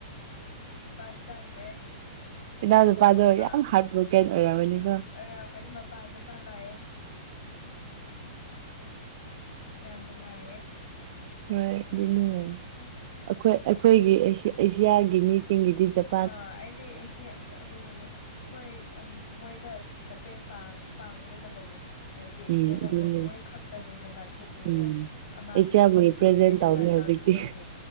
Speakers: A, on the left; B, on the right.
A: ꯖꯄꯥꯟ ꯆꯟꯈ꯭ꯔꯦ
B: ꯏꯟꯅꯥꯎ ꯅꯨꯄꯗꯣ
A: ꯒꯣꯜ ꯑꯃ
B: ꯌꯥꯝ ꯍꯥꯔꯠꯕ꯭ꯔꯣꯛ ꯀꯟ ꯑꯣꯏꯔꯕꯅꯤꯀꯣ
A: ꯑꯣꯏꯔꯝꯒꯅꯤ ꯃꯄꯥꯟꯗ ꯃꯥ ꯂꯥꯛꯑꯦ ꯌꯥꯝ ꯅꯨꯡꯉꯥꯏꯌꯦ
B: ꯍꯣꯏ ꯑꯗꯨꯅꯤꯅꯦ
A: ꯑꯁ
B: ꯑꯈꯣꯏ ꯑꯩꯈꯣꯏꯒꯤ ꯑꯦꯁꯤꯌꯥ ꯑꯦꯁꯤꯌꯥꯒꯤ ꯃꯤꯁꯤꯡꯒꯤꯗꯤ ꯆꯞ
A: ꯑꯥ ꯑꯩꯗꯤ ꯑꯦꯁꯦ ꯑꯗꯨꯒꯤꯅꯦ ꯑꯈꯣꯏ ꯃꯣꯏꯗ ꯃꯇꯦꯡ ꯄꯥꯡ ꯄꯥꯡꯒꯗꯕꯅꯦ ꯍꯥꯏꯕꯗꯤ ꯏꯖꯦꯟꯗ
B: ꯎꯝ ꯑꯗꯨꯅꯦ
A: ꯃꯣꯏ ꯈꯛꯇꯅꯦꯗꯅ ꯊꯣꯛꯄꯁꯦ
B: ꯎꯝ
A: ꯑꯃꯊꯤꯠ
B: ꯑꯦꯁꯤꯌꯥꯕꯨ ꯔꯤꯄ꯭ꯔꯖꯦꯟ
A: ꯁꯤꯈ꯭ꯔꯦꯗꯅ
B: ꯇꯧꯕꯅꯦ ꯍꯧꯖꯤꯛꯇꯤ
A: ꯁꯥꯎꯠ ꯀꯣꯔꯤꯌꯥꯗꯤ